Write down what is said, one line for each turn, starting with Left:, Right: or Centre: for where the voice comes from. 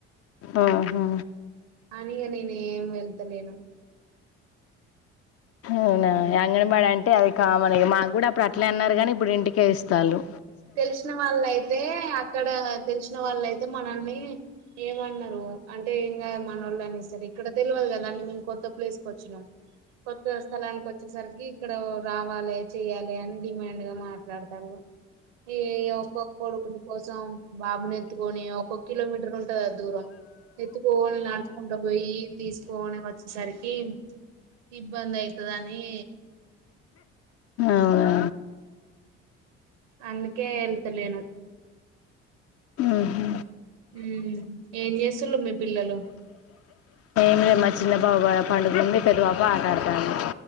Left: ఆహా
Right: అని ఇగా నేను ఏం వెళ్తలేను
Left: అవునా అంగన్ బడి అంటే అది కామన్ ఇగ మాకు కూడా అప్పుడు అట్లే అన్నారు. కానీ ఇప్పుడు ఇంటికే ఇస్తాల్లు.
Right: తెలిసిన వాళ్ళయితే అక్కడ తెలిసిన వాళ్ళయితే మనల్ని ఏమన్నారు అంటే ఎంగా మనోళ్లని సరి ఇక్కడ తెలివదు కదా అండి, మేము కొత్త ప్లేస్ కి వచ్చినం. కొత్త స్థలానికి వచ్చేసరికి ఇక్కడ రావాలే, చెయాలే అని డిమాండ్ గా మాట్లాడతాళ్ళు. ఈ ఇగ ఒక్కొ కోడి గుడ్డు కొడుకుని కోసం, బాబుని ఎత్తుకొని ఒక్కొ కిలోమీటర్ ఉంటంద దూరం, ఎత్తుకోని నడుచుకుంట పోయి తీసుకోని వచ్చేసరికి ఇబ్బంది అయితదని.
Left: అవునా
Right: అందుకే వెళ్తలేను
Left: ఉహు
Right: ఉ ఏం చేస్తుళు మీ పిల్లలు.
Left: నువే మా చిన్న పాప పండుకుంది, పెద్ద పాప ఆటాడతాంది.